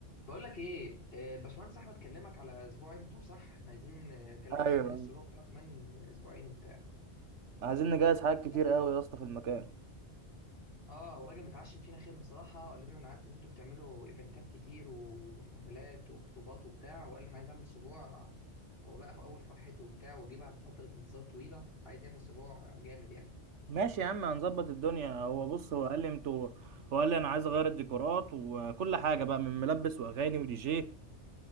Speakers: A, on the left; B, on the right.
A: بقول لك ايه آه، الباشمهندس احمد كلمك على اسبوع ابنه صح احنا عايزين آه، كلمني
B: ايوه
A: قال لي ان الاسبوع بتاعه كمان اسبوعين وبتاع
B: عايزين نجهز حاجات
A: قال
B: كتير
A: لك
B: قوي يا اسطى في المكان
A: اه وراجل متعشم فينا خير بصراحه قال لنا انا عارف ان انتوا بتعملوا ايفنتات كتير وحفلات وخطوبات وبتاع وقال لي انا عايز اعمل اسبوع هو بقى في اول فرحته وبتاع وجه بعد فتره انتظار طويله عايز يعمل اسبوع جامد يعني
B: ماشي يا عم هنظبط الدنيا هو بص هو قال لي انتوا هو قال لي انا عايز اغير الديكورات وكل حاجه بقى من ملبس واغاني ودي جي